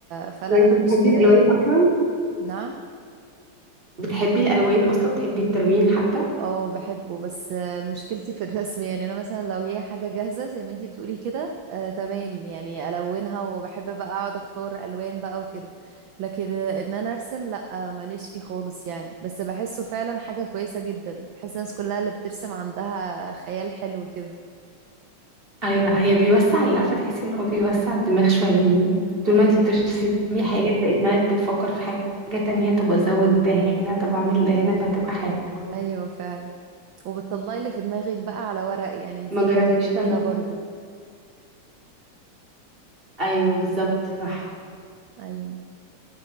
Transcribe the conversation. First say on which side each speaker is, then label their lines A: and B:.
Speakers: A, on the right; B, on the right.
A: فلا
B: طب انت
A: أنا
B: بتحبي
A: مش كده
B: الالوان
A: يعني
B: اصلا
A: نعم
B: بتحبي الالوان اصلا بتحبي التلوين حتى
A: اه بحبه بس آه، مشكلتي في الرسم يعني انا مثلا لو هي حاجه جاهزه زي ما انتي بتقولي كده آه تمام يعني الونها وبحب بقى اقعد اختار الوان بقى وكده لكن آه، ان انا ارسم لا آه، ماليش فيه خالص يعني بس بحسه فعلا حاجه كويسه جدا بحس الناس كلها اللي بترسم عندها خيال حلو كده
B: ايوه هي بيوسع اللي عارفه تحسي ان هو بيوسع الدماغ شويه يعني طول
A: ايوه
B: ما انتي بترسمي حاجه تلاقي دماغك بتفكر في حاجه تانية طب ازود ده هنا طب اعمل ده هنا فبتبقى حلوه
A: ايوه فعلا وبتطلعي اللي في دماغك بقى على ورق يعني دي
B: ما جربتيش
A: حاجه جميله
B: تعملي
A: برضو
B: ايوه بالظبط صح
A: ايوه